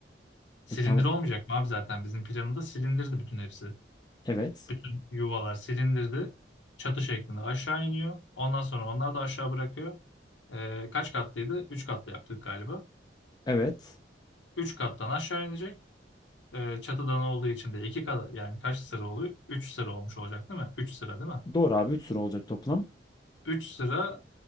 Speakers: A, on the left; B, on the left.
A: Silindir
B: E tamam.
A: olmayacak mı abi zaten bizim planında silindirdi bütün hepsi.
B: Evet.
A: Bütün yuvalar silindirdi. Çatı şeklinde aşağı iniyor. Ondan sonra onlar da aşağı bırakıyor. Ee, kaç katlıydı? Üç katlı yaptık galiba.
B: Evet.
A: Üç kattan aşağı inecek. Ee, çatıdan olduğu için de iki kat yani kaç sıra oluyor? Üç sıra olmuş olacak değil mi? Üç sıra değil mi?
B: Doğru abi 3 sıra olacak toplam.
A: Üç sıra,